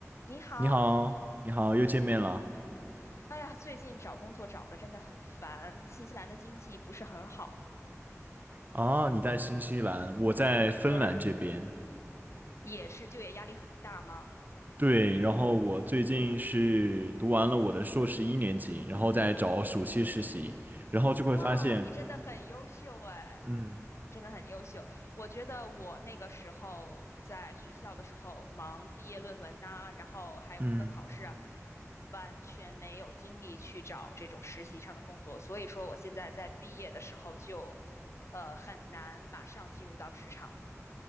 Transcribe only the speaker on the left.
你好，
嗯，
哎呀，最近找工作找的真的很烦，新西兰的经济不是很好，
对，也是就业压力很大吗？
哇，你真的很优秀哎，
你真的很优秀。我觉得我那个时候在学校的时候忙毕业论文呐、然后还有这个考试啊，
完全没有精力去找这种实习上的工作，所以说我现在在毕业的时候就，呃，很难马上进入到职场。